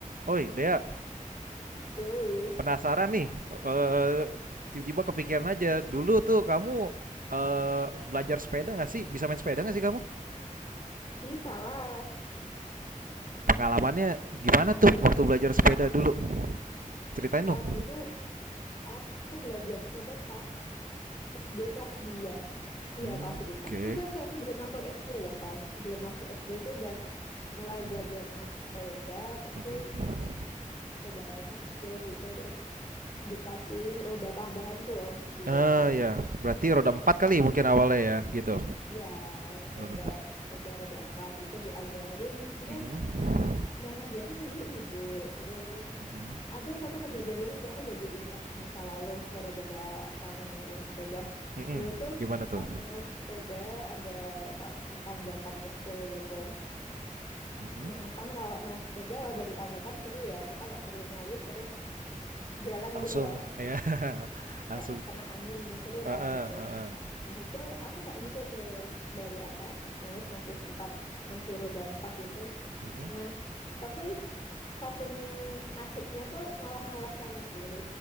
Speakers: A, on the right; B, on the left.
A: Oi, Dea,
B: Yo,
A: penasaran nih. Eh, tiba-tiba kepikiran aja. Dulu tuh kamu eh, belajar sepeda nggak sih? Bisa main sepeda nggak sih kamu?
B: bisa lah.
A: Pengalamannya gimana tuh waktu belajar sepeda dulu? Ceritain
B: Ah,
A: dong.
B: dulu aku belajar sepeda pas SD kelas dua, Iya,
A: Hmm,
B: kelas 2.
A: oke.
B: Eh, enggak, enggak. Sebelum masuk SD bahkan. Sebelum masuk SD itu udah mulai
A: Mm-mm,
B: belajar naik sepeda, tapi
A: mm-mm.
B: sepedanya kecil gitu. Terus dikasih roda tambahan tuh loh di
A: Eh,
B: belakangnya.
A: ya, berarti roda empat kali mungkin awalnya ya, gitu.
B: Iya, sepeda,
A: Roda empat.
B: sepeda roda empat itu diajarin. Terus
A: Mm-mm,
B: yang ngajarin dulu ibu terus
A: mm-mm,
B: ada satu kejadian lucu sih aku jadi inget masa lalu gara-gara kamu nanyain sepeda
A: mm-mm.
B: dulu tuh
A: Gimana tuh?
B: pas naik sepeda ada satu tanjakan kecil gitu
A: Mm-mm.
B: nah kan kalau naik sepeda kalau dari tanjakan seru ya kita nggak perlu ngayuh terus jalan
A: Langsung,
B: gitu loh
A: ya, <laughs> langsung.
B: kayak kena angin seru
A: Heeh,
B: kan gitu
A: heeh.
B: nah itu aku kayak gitu tuh dari atas naik masih empat masih roda empat gitu
A: Mm-mm.
B: Nah, tapi saking asiknya tuh malah noleh kanan kiri,